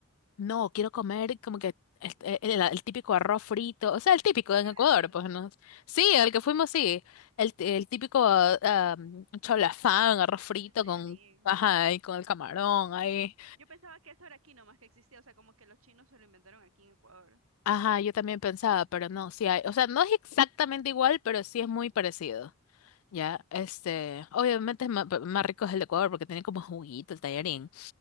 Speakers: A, on the left; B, on the right.
A: no, quiero comer como que el, el- el típico arroz frito, o sea, el típico
B: ¿Y
A: en
B: si
A: Ecuador,
B: venden
A: pues no. Sí, al que fuimos, sí. El, el típico ah, um, cholafán, arroz frito
B: el tallarín?
A: con, ajá, y con el camarón, ahí.
B: Yo pensaba que eso era aquí nomás que existía, o sea, como que los chinos se lo inventaron aquí en Ecuador.
A: Ajá, yo también pensaba, pero no, sí hay. O sea, no es exactamente igual, pero sí es muy parecido. Ya, este, obviamente es ma- más, rico es el de Ecuador porque tiene como juguito el tallarín.